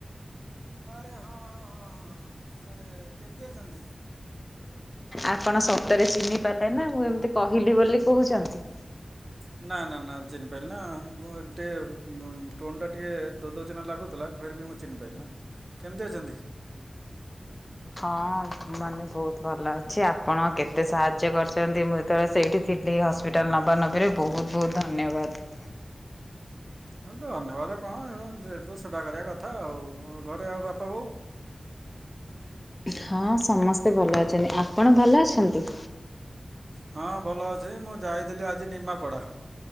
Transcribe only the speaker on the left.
ଆପଣ ସତରେ ଚିହ୍ନି ପାରିଲେ ନା ମୁଁ ଏମିତି କହିଲି ବୋଲି କହୁଛନ୍ତି।
ହଁ ମାନେ ବହୁତ ଭଲ ଅଛି ଆପଣ କେତେ ସାହାଯ୍ୟ କରିଛନ୍ତି ମୁଁ ଯେତେବେଳେ ସେଇଠି ଥିଲି ହସ୍ପିଟାଲ ନବା ନବୀରେ ବହୁତ ବହୁତ ଧନ୍ୟବାଦ।
ହଁ ସମସ୍ତେ ଭଲ ଅଛନ୍ତି ଆପଣ ଭଲ ଅଛନ୍ତି?